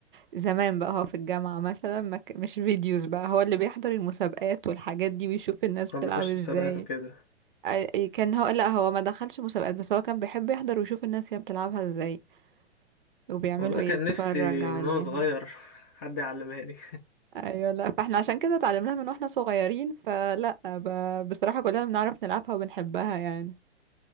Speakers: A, on the right; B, on the left.
A: زمان بقى هو في الجامعه مثلا ما ك- مش فيديوز بقى هو اللي بيحضر المسابقات والحاجات دي ويشوف الناس بتلعب
B: كان بيخش
A: ازاي
B: مسابقات وكده
A: أي- كان هو لا هو ما دخلش مسابقات بس هو كان بيحب يحضر ويشوف الناس هي بتلعبها ازاي وبيعملوا
B: والله
A: ايه
B: كان
A: اتفرج
B: نفسي
A: عليها
B: من وانا صغير حد يعلمهاني
A: ايوه لا فاحنا عشان كده اتعلمناها من واحنا صغيرين فلا ب... بصراحة كلنا بنعرف نلعبها وبنحبها يعني